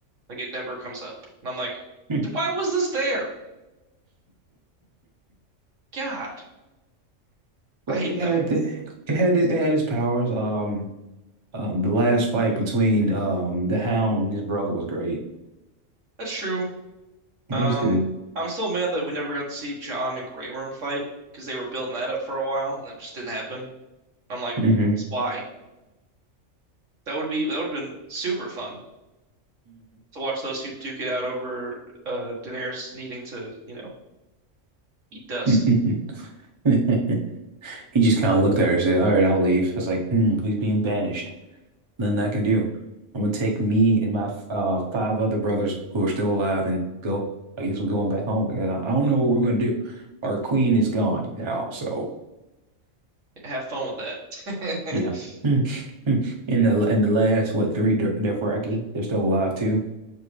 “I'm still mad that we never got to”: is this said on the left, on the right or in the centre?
Right